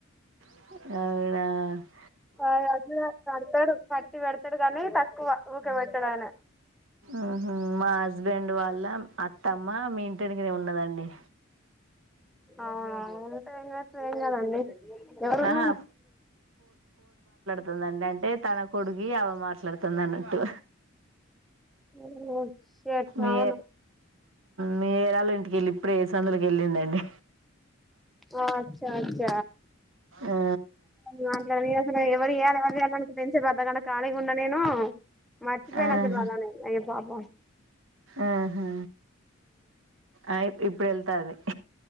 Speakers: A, on the right; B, in the centre.
A: ఆవిడ
B: ఆ అ కడతాడు పట్టి వెడతా పెడతాడు కాని తక్కువ ఊకేబట్టాడు ఆయనే
A: ఉహు మా హస్బెండ్ వాళ్ళ అత్తమ్మ మీ ఇంటెన్కనే ఉన్నదండి.
B: అవునా టేన్ ట్రన్ కాదండి ఎవరున్నా
A: ఆహా తుందండి అంటే తన కొడుకి ఆమె మాట్లాడుతుంది అన్నట్టు.
B: ఉం చేత
A: మీ
B: అవును
A: మీ యారాలు ఇంటికెళ్ళి ఇప్పుడు ఏ సందులకి ఎల్లిండండి.
B: అచ చ
A: ఆ
B: మాట్లాడిన ఎవరు ఇయాల ఎవరు తీయాల అనుకుంటా ఇంతసేపు అర్థగంట సేపు ఖాళీగా ఉన్నా నేను మరిచిపోయయిన
A: ఆహా
B: అసలు వాళ్లను నేను ఐ బాబోయ్
A: ఆహా అయి ఇప్పుడు వెళ్తాది.